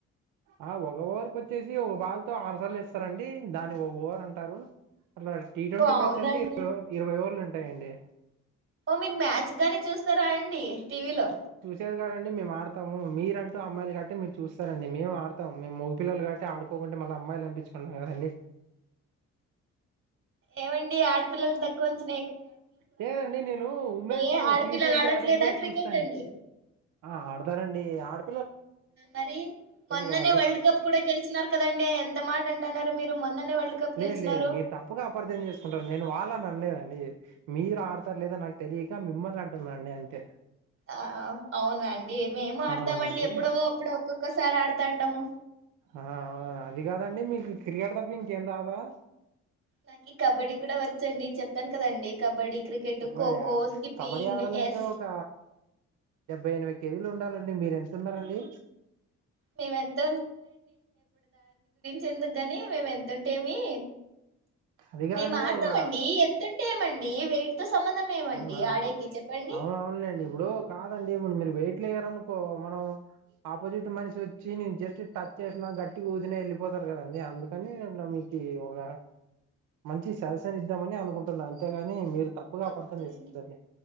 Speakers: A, on the right; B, on the right.
A: ఆ ఒక ఓవర్ కు వచ్చేసి ఒక బాల్ తో ఆరుసార్లు ఏస్తారండి దాని ఒ ఓవర్ అంటారు అలా టీ ట్వంటీమాచ్
B: ఓ అవునండి
A: అంటే ఇ ఇరవై ఓవర్లండి యండి
B: మీరు మ్యా చ్గాని చూస్తారా అండి టీవీ లో
A: చూసేది కాదండి మేము ఆడుతాము మీరు అంటూ అమ్మాయిలు కట్టి మీరు చూస్తారండి మేము ఆడతాం మేము మగగిపిల్లలు కట్టి ఆడుకోకుంటే మళ్ళీ అమ్మాయిలు అనిపించుకున్నాం కదండి
B: ఏమండి ఆడపిల్లని తక్కువ వంచిన
A: లేదండి నేను ఉమెన్స్
B: ఏ ఆడపిల్లలు
A: టీ ట్వంటీ
B: ఆడట్లేదా
A: ఆడేది కూడా
B: క్రికెట్
A: చూస్తా
B: అండి
A: ఆ ఆడతారండి డి ఆడ్
B: మరి మొన్ననే
A: కదండి
B: వరల్డ్ కప్ కూడా గెలిచినారు కదండి ఎం త మాట అంటున్నారు మీరు మొన్ననే వరల్డ్ కప్
A: లేదు
B: గెలిచినారు
A: లేదు మీరు తప్పుగా అపార్థం చేసుకుంటారు నేను వాళ్ళని అనలేదండి మీరు ఆడతారులేదా నాకు తెలియక మిమ్మల్ని అంటున్నాండి అంతే
B: ఆ అవునండి మేము ఆడతామండి
A: అవునవునండి
B: ఎప్పుడో అప్పుడు ఒకొక్ ఒకసారి ఆడుతాంటాము
A: ఆ ఒ అది కాదండి మీకు క్రికెట్ తప్ప ఇంకేం రాదా
B: నాకి కబడ్డీ కూడా వచ్చండి చెప్పాను కదండి కబడ్డీ క్రికెట్
A: కబడ్డీ
B: ఖోఖో స్కిప్పింగ్
A: కబడ్డీ ఆడాలంటే
B: ఎస్
A: ఒక డెబ్బై ఎనభై కేజీలు ఉండాలండి మీరు ఎంత ఉన్నారండి
B: మేము ఎంత చెందుకుగాని మేము ఎతుంటేమి
A: అది కాదండి
B: మేము ఆడతామండి
A: ఒక
B: ఎంతం ఏమండి వెయిట్ తో సంబంధం ఏమండి
A: అవునా
B: ఆడేకి చెప్పండి
A: అవునవునులేండి ఇప్పుడు కాదండి ఇప్పుడు మీరు వెయిట్ రనుకో మనం ఆపోజిట్ మనిషి వచ్చి న జస్ట్ టచ్ చేసినా గట్టిగా ఊదిన వెళ్ళిపోతారు కదండి అందుకని నిన మీకు ఒక మంచి సజిషన్ ఇద్దామని అనుకుంటున్నా అంతేకాని మీరు తప్పుగా
B: వద్దులేండి
A: అపార్థం చేసుకోవద్దండి